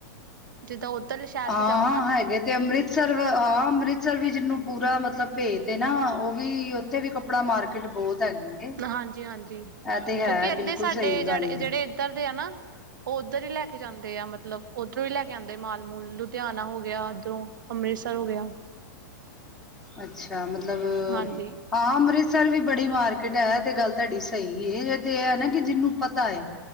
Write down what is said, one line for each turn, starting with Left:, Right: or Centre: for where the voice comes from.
Right: ਜਿੱਦਾਂ ਉੱਧਰ- ਸ਼ਹਿਰ
Centre: ਹਾਂ
Right: ਚ ਜਾਓ ਨਾ
Centre: ਹੈਗੇ- ਤੇ ਅੰਮ੍ਰਿਤਸਰ ਹਾਂ ਅੰਮ੍ਰਿਤਸਰ ਵੀ ਜਿਹਨੂੰ ਪੂਰਾ ਮਤਲਬ ਭੇਤ ਨਾ ਉਹ ਵੀ ਉੱਥੇ ਵੀ ਕੱਪ- ਕੱਪੜਾ ਮਾਰਕੀਟ ਬਹੁਤ ਹੈਗੀ। ਏ।
Right: ਹਾਂਜੀ-ਹਾਂਜੀ,
Centre: ਇਹ ਤੇ ਹੈ
Right: ਕਿਉਂਕਿ ਏਧੇ
Centre: ਬਿਲਕੁਲ
Right: ਸਾਡੇ
Centre: ਸਹੀ
Right: ਜੇ
Centre: ਗੱਲ
Right: ਜਿਹੜੇ
Centre: ਏ।
Right: ਇੱਧਰ ਦੇ ਆ ਨਾ- ਉਹ ਉੱਧਰ ਹੀ ਲੈ ਕੇ ਜਾਂਦੇ ਆ ਮਤਲਬ ਉੱਧਰੋਂ ਹੀ ਲੈ ਕੇ ਆਉਦੇ ਮਾਲ-ਮੂਲ ਲੁਧਿਆਣਾ ਹੋ ਗਿਆ ਉੱਧਰੋਂ। ਅੰਮ੍ਰਿਤਸਰ ਹੋ ਗਿਆ।
Centre: ਅੱਛਾ ਮਤਲਬ-
Right: ਹਾਂਜੀ
Centre: ਹਾਂ ਅੰਮ੍ਰਿਤਸਰ ਵੀ ਬੜੀ ਮਾਰਕੀਟ ਹੈ ਤੇ ਗੱਲ ਤੁਹਾਡੀ ਸਹੀ ਹੈ ਤੇ ਇਹ ਨਾ ਕਿ ਜਿਹਨੂੰ- ਪਤਾ ਏ।